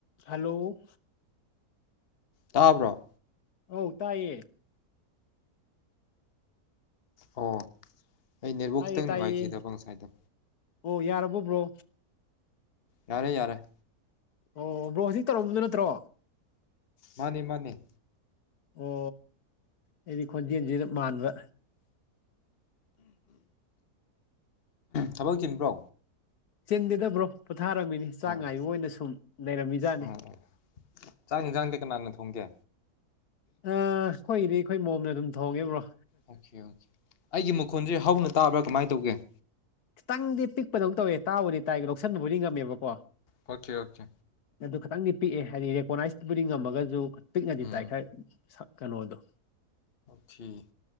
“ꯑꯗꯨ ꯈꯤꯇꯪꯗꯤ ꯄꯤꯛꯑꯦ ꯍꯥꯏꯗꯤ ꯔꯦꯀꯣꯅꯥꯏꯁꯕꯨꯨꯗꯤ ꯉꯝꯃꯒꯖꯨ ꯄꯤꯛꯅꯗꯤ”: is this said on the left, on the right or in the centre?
Left